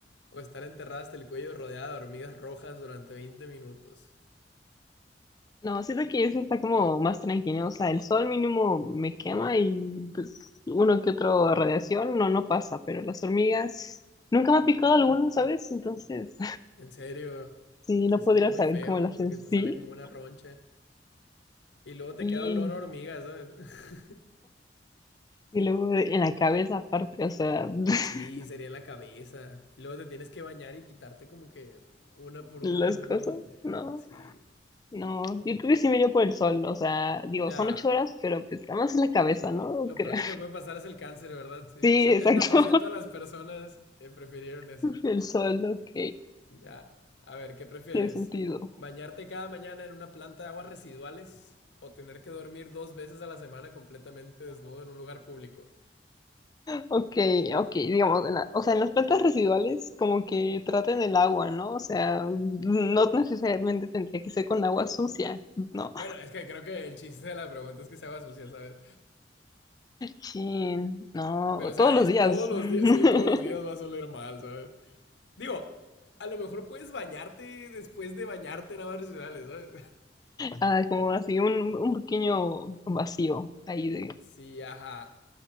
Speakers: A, on the left (about 80°); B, on the left (about 20°).
A: ¿O estar enterrada hasta el cuello rodeada de hormigas rojas durante 20 minutos?
B: No, siento que eso está como más tranquilo. O sea, el sol mínimo me quema y pues uno que otro radiación no, no pasa, pero las hormigas nunca me ha picado alguna, ¿sabes? Entonces,
A: En serio,
B: Sí,
A: se
B: no
A: siente
B: podría
A: muy
B: saber
A: feo
B: cómo lo hacen,
A: porque
B: sí.
A: te sale como una roncha. Y luego te
B: Y,
A: queda olor a hormiga, ¿sabes? <laughs>
B: y luego de- en la cabeza aparte, o sea, <laughs>
A: Sí, sería en la cabeza. Y luego te tienes que bañar y quitarte como que una por
B: las
A: una la
B: cosas,
A: hormiga.
B: no,
A: Sí.
B: no. Yo creo que sí me iría por el sol, o sea, digo,
A: Ya.
B: son ocho horas, pero pues nada más en la cabeza,
A: Sí.
B: ¿no?
A: Lo
B: <laughs> Creo.
A: peor que te puede pasar es el cáncer, ¿verdad? Sí.
B: Sí,
A: setenta
B: exacto.
A: por ciento de las personas eh, prefirieron eso.
B: <laughs> El sol, ok,
A: Ya. A ver, ¿qué prefieres?
B: tiene sentido.
A: ¿Bañarte cada mañana en una planta de aguas residuales o tener que dormir dos veces a la semana completamente desnudo en un lugar público?
B: Ok, ok, digamos, en la- o sea, en las plantas residuales como que traten el agua, ¿no? O sea, no necesariamente tendría que ser con agua sucia, ¿no?
A: Bueno, es que creo que el chiste de la pregunta es que se haga sucia, ¿sabes?
B: Sí, no,
A: Pero, o sea,
B: todos los
A: es
B: días.
A: todos los
B: <laughs>
A: días, sí, todos los días vas a oler mal, ¿sabes? Digo, a lo mejor puedes bañarte después de bañarte en aguas residuales, ¿sabes?
B: Ah, como así un, un pequeño vacío ahí
A: <laughs>
B: de,
A: sí, ajá.